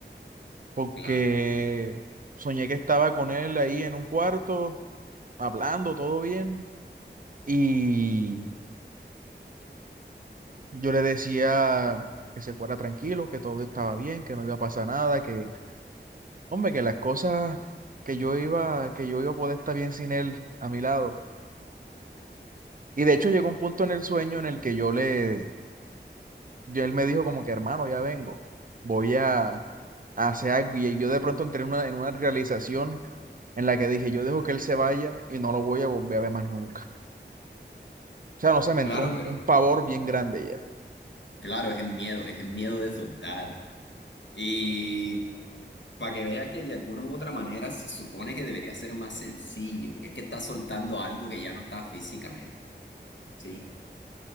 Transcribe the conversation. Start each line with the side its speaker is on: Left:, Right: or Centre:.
Right: porque
Left: Claro,
Right: soñé que estaba con él ahí en un cuarto, hablando, todo bien, y yo le decía que se fuera tranquilo, que todo estaba bien, que no iba a pasar nada, que, hombre, que las cosas que yo iba, que yo iba a poder estar bien sin él a mi lado. Y de hecho llegó un punto en el sueño en el que yo le Y él me dijo como que, hermano, ya vengo, voy a, a hacer algo. Y yo de pronto entré en una, en una realización en la que dije, yo dejo que él se vaya y no lo voy a volver a ver más nunca. O sea, no sé, me entró
Left: claro,
Right: un,
Left: pero
Right: un pavor bien grande ya.
Left: Claro, es el miedo, es el miedo de soltar. y para que vea que de alguna u otra manera se supone que debería ser más sencillo, porque es que está soltando algo que ya no está físicamente, ¿sí?